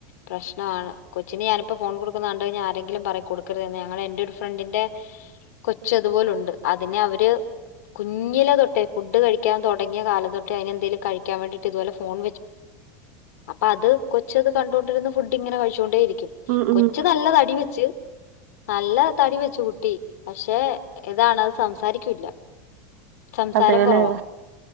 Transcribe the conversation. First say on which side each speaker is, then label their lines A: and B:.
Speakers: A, on the left; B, on the right.
A: പ്രശ്നമാണ് കൊച്ചിന് ഞാനിപ്പോ ഫോൺ കൊടുക്കുന്നത കഴിഞ്ഞാ ആരെങ്കിലും പറ കൊടുക്കരു ഞങ്ങ എന്റെ ഒരു ഫ്രണ്ടിന്റെ കൊച്ച അപലണ്ട് അതിനെ അവര് കുഞ്ഞില തൊട്ടേ ഫുഡ് കഴിക്കൻ തുടങ്ങിയാല തൊട്ട അതിനെന്തേലും കഴാൻ വേണ്ടീട്ട് തുപോലെ ഫോൺെ അപ്പൊ അത് കൊച്ചത് കണ്ടൊണ്ടിരുന്ന ഫുഡ് ഇങ്ങനെ കഴിച്ചൊണ്ടേരിക്കും
B: ഉം ഉം
A: കൊച്ചു നല്ല തടി വെച്ച് നല്ല തടി വെച്ചു കുട്ടി പക്ഷെ ഏതാണ അത് സംസാരിക്കില്ല സംസാരം
B: അതേല്ലേ
A: കുറവാ